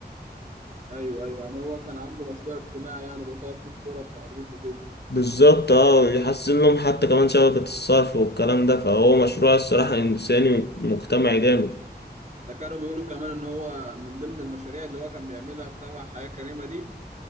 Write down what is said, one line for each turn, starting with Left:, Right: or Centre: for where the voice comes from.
Right: ايوه ايوه يعني هو كان عامله مشروع اجتماعي يعني بيطور فيه الكوره بتعريف وكده
Left: بالظبط اه يحسن لهم حتى كمان شبكة الصرف والكلام ده فهو مشروع الصراحة إنساني ومجتمعي جامد
Right: ده كانوا بيقولوا كمان ان هو من ضمن المشاريع اللي هو كان بيعملها في تبع حياة كريمة دي